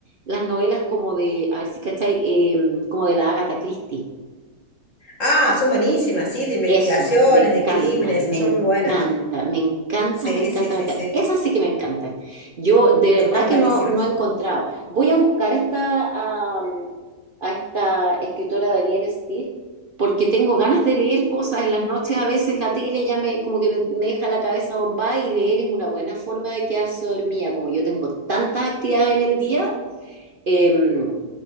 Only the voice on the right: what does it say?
Las novelas como de, a ver si cacháis, eh, como de la Agatha Christie.
Eso, me encanta,
me
encanta,
me encanta,
me encanta,
me encanta.
Esas sí que me encantan. Yo de
verdad
que no, no he encontrado. Voy a buscar esta, am, a esta escritora Danielle Steele porque tengo ganas de leer cosas en las noches. A veces la tele ya me, como que me, me deja la cabeza bombada y leer es una buena forma de quedarse dormida. Como yo tengo tantas actividades en el día, em,